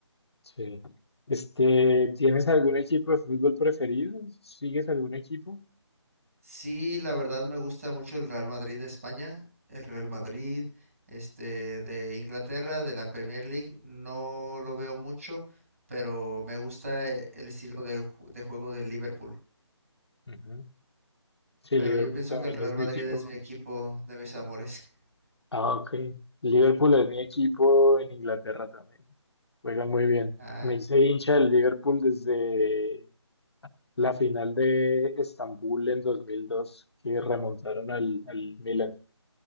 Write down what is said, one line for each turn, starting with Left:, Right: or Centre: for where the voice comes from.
Left: sí. Este, ¿tienes algún equipo de fútbol preferido? ¿Sigues algún equipo?
Right: Sí, la verdad me gusta mucho el Real Madrid de España, el Real Madrid, este, de Inglaterra, de la Premier League, no lo veo mucho, pero me gusta eh, el estilo de, ju- de juego del Liverpool.
Left: Ujú. Sí,
Right: Pero
Left: Liverpool
Right: yo pienso
Left: también
Right: que el Real
Left: es
Right: Madrid
Left: mi equipo
Right: es mi equipo de mis amores. <laughs>
Left: Ah, ok. Liverpool es mi equipo en Inglaterra también. Juegan muy bien.
Right: Ah,
Left: Me hice hincha del Liverpool desde la final de Estambul en 2002, que remontaron al, al Milan.